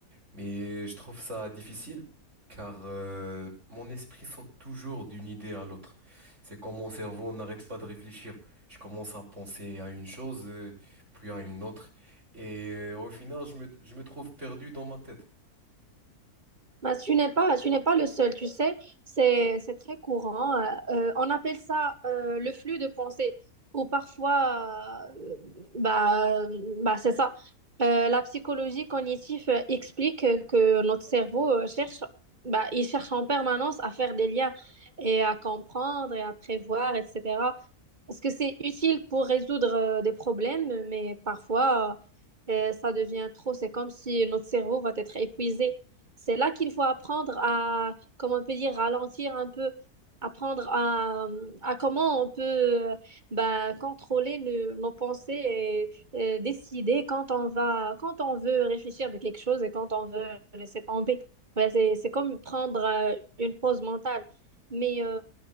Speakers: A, on the right; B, on the right.
A: Mais je trouve ça difficile car euh, mon esprit saute toujours d'une idée à l'autre. C'est comme mon cerveau n'arrête pas de réfléchir. Je commence à penser à une chose, euh, puis à une autre. Et euh, au final, je me, je me trouve perdu dans ma tête.
B: Bah, tu n'es pas, tu n'es pas le seul, tu sais, c'est, c'est très courant. euh, euh, on appelle ça euh, le flux de pensée, ou parfois, euh, bah, bah, c'est ça. Euh, la psychologie cognitive euh, explique que notre cerveau euh, cherche, bah, il cherche en permanence à faire des liens et à comprendre et à prévoir, etc. Parce que c'est utile pour résoudre euh, des problèmes, mais parfois, euh, ça devient trop. C'est comme si notre cerveau va être épuisé. C'est là qu'il faut apprendre à, comment on peut dire, ralentir un peu, apprendre à, à comment on peut euh, bah, contrôler nos, nos pensées et euh, décider quand on va, quand on veut réfléchir de quelque chose et quand on veut laisser tomber. Ouais, c'est, c'est comme prendre euh, une pause mentale. Mais euh,